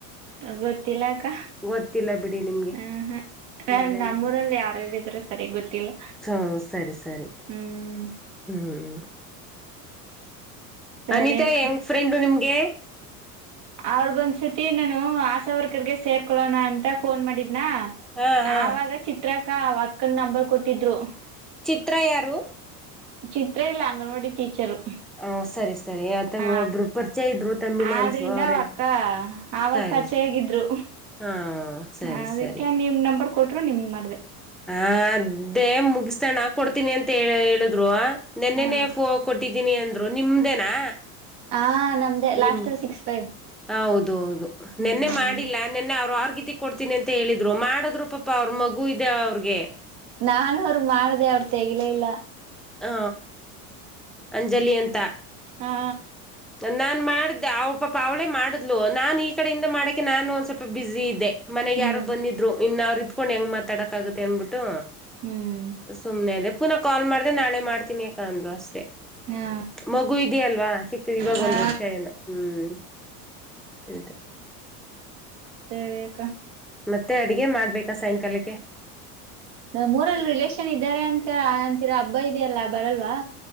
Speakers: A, on the right (about 60°); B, in the centre.
A: ಗೊತ್ತಿಲ್ಲ ಕ
B: ಗೊತ್ತಿಲ್ಲ ಬಿಡಿ ನಿಮ್ಗೆ
A: ಹ್ಮಹೂ
B: ನಿಮ್ಮಲ್ಲ
A: ನ ನಮ್ಮೂರಲ್ಲಿ ಯಾರಾರಿದ್ರೂ ಸರಿಯ ಗೊತ್ತಿಲ್ಲ
B: ಸ ಸರಿ ಸರಿ
A: ಹ್ಮ್
B: ಹ್ಮ್
A: ಸರಿ
B: ಅನಿತಾ
A: ಅಕ್ಕ
B: ಹೆಂಗ್ ಫ್ರೆಂಡ್ ನಿಮ್ಗೆ ಎ
A: ಅವ್ರಳು ಬಂದ್ ಶೃತಿ ಯಿಂದನು ಆಶಾವರ್ಕರ್ಗೆ ಸೇರ್ಕೋಳ್ಳೋಣ ಅಂತ ಫೋನ್ ಮಾಡಿದ್ ಣ
B: ಹಾ ಹಾ
A: ಆವಾಗ ಚಿತ್ರ ಕ ಅವಕ್ಕನ್ ನಂಬರ್ ಕೊಟ್ಟಿದ್ರು.
B: ಚಿತ್ರ ಯಾರು.
A: ಚಿತ್ರ ಇಲ್ ಅಂಗನ್ವಾಡಿ ಟೀಚರು.
B: ಹೊ ಸರಿ ಸರಿ ಯೆತ
A: ಹ
B: ಒಬ್ರು ಪರ್ಚಯ ಇದ್ರು ತಮ್ಮಿಳಿನ್ಸು
A: ಆದ್ರಿಂದ
B: ಅವ್ರೇ
A: ಅವಕ್ಕ ಆವಾಗ
B: ಸರಿ
A: ಪರಿಚಯ
B: ಸ
A: ಆಗಿದ್ರು
B: ಹಾ ಸರಿ
A: ಅದಕ್ಕೆ
B: ಸರಿ.
A: ನಿಮ್ ನಂಬರ್ ಕೊಟ್ರು ನಿಮ್ಗ್ ಮಾಡ್ದೆ.
B: ಹ ದ್ದೆ ಮುಗ್ಸಣಾ ಕೊಡ್ತೀನಿ ಅಂತ ಹೇಳ್ ಹೇಳುದ್ರು. ನೆನ್ನೆನೆ
A: ಹಾ
B: ಫೋ ಕೊಟ್ಟಿದ್ ದಿನಿ ಅಂದ್ರು ನಿಮ್ದೇನಾ.
A: ಹ ನಮ್ದೇ ಲಾಸ್ಟ್
B: ನಿಮ್ಗ್
A: ಅಲ್ಲಿ ಸಿಕ್ಸ್ ಫೈವ್
B: ಹೌದು ಹೌದು
A: ಹ್ಮ್
B: ನಿನ್ನೆ ಮಾಡಿಲ್ಲ ನಿನ್ನೆ ಅವ್ರ್ ವರ್ಗಿತ್ತಿ ಕೊಡ್ತೀನಿ ಅಂತ ಹೇಳಿದ್ರು ಮಾಡಿದ್ರು ಪಾಪ ಅವ್ರ ಮಗು ಇದ್ ದೆ ಅವ್ರಗೆ.
A: ನಾನು ಅವ್ರಗ್ ಮಾಡ್ದೆ ಅವ್ರ್ ತೆಗಿಲೆಯಿಲ್ಲ.
B: ಹಾ ಅಂಜಲಿ ಅಂತ.
A: ಹಾ
B: ಒನ್ನ ಮಾಡ್ದೆ ಅವ್ ಪಾಪ ಅವ್ಳೇ ಮಾಡ್ ದ್ಲು ನಾನ್ ಈ ಕಡೆಯಿಂದ ಮಾಡ್ ಕೆ ನಾನು ಒಂದ್ ಸ್ವಲ್ಪ ಬಿಝೀ ಇದ್ದೆ. ಮನೆಗ್
A: ಹ್ಮ್
B: ಯಾರೊ ಬಂದಿದ್ರು. ಇನ್ನ ಅವ್ರಿದ್ಕೊಂಡು ಹೆಂಗ್ ಮಾತಾಡಕ್ಕಾಗುತ್ತೆ ಅಂದ್ಬಿಟ್ಟು.
A: ಹ್ಮ್
B: ಸುಮ್ನೆ ಅದೆಪ್ ಪುನಃ ಕಾಲ್ ಮಾಡ್ದೆ ನಾಳೆ ಮಾಡ್ತೀನಿ ಅಕ್ಕ ಅಂದ್ಲು ಅಷ್ಟೇ.
A: ಹಾ
B: ಮಗು ಇದೆಯಲ್ವಾ ಸಿಕ್ ಇವಾಗ್
A: ಹಾ
B: ಒಂದ್ ವರ್ಷ ಏನೊ ಹ್ಮ್. ತ್ತೆ.
A: ಸರಿ ಅ
B: ಮತ್ತೆ ಅಡ್ಗೆ ಮಾಡ್ಬೇಕಾ ಸಾಯಂಕಾಲಕ್ಕೆ.
A: ನಮೂರಲ್ ರಿಲೇಷನ್ ಇದ್ದಾರೆ ಅಂತ ಅಂತೀರಾ ಹಬ್ಬ ಇದ್ಯಲ್ಲ ಬರಲ್ವಾ.